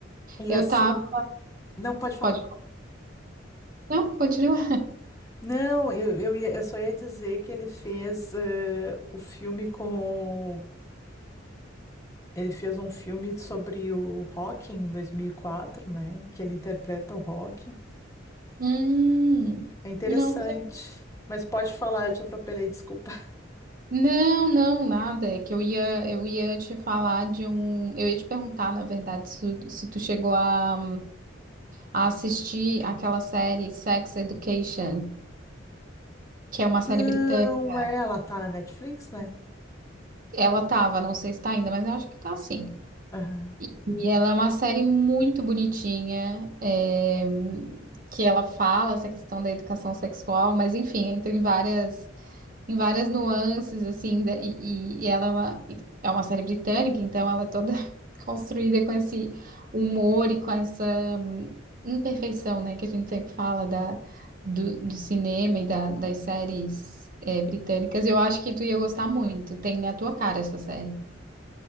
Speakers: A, on the left (about 15°); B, on the right (about 45°).
A: E
B: Eu
A: assim,
B: tava.
A: não pode falar.
B: Pode. Não, continua.
A: Não, eu, eu, ia- eu só ia dizer que ele fez eh, o filme com. Ele fez um filme sobre o Rock em 2004, né? Que ele interpreta o Rock.
B: Hum,
A: É interessante.
B: não sei.
A: Mas pode falar, eu te atropelei, desculpa. <laughs>
B: Não, não, nada. É que eu ia, eu ia te falar de um. Eu ia te perguntar, na verdade, se, se tu chegou a, a assistir aquela série Sex Education, que é uma série
A: Não,
B: britânica.
A: é, ela tá na Netflix, né?
B: Ela tava, não sei se tá ainda, mas eu acho que tá sim.
A: Aham.
B: E ela é uma série muito bonitinha, é, que ela fala essa questão da educação sexual, mas enfim, entra em várias. em várias nuances, assim, da- e, e- e ela é uma, é uma série britânica, então ela é toda <laughs> construída com esse humor e com essa hum, imperfeição, né, que a gente sempre fala da, do, do cinema e da- das séries é, britânicas. Eu acho que tu ia gostar muito, tem a tua cara essa série.